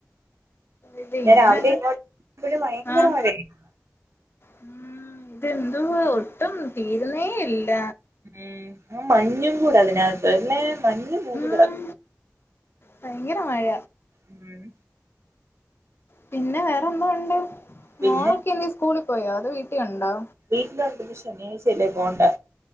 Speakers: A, on the left (about 50°); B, on the right (about 60°).
A: ഇല്ല
B: ഞാൻ
A: ഇങ്ങനെങ്ങ്
B: രാവിലെ ഇങ്ങോട്ട് എപ്പോഴും ഭയങ്കര
A: ആഹ്
B: മഴയായിരുന്നു
A: ഉം ഇതെതുവ ഒട്ടും തീരുന്നേയില്ല
B: ഉം മഞ്ഞും കൂടെ അതിനകത്ത് അല്ലെ മഞ് മൂടികിട
A: ഉം ഭയങ്കര മഴ
B: ഉം
A: പിന്നെ വേറെന്താ ഉണ്ട്
B: പിന്നെ
A: മോളൊക്കെന്തി സ്കൂളി പോയോ അതോ വീട്ടിലുണ്ടോ
B: വീട്ടിൽ ഉണ്ട് ഇന്ന് ശനിയഴ്ച്ച അല്ലെ പോണ്ട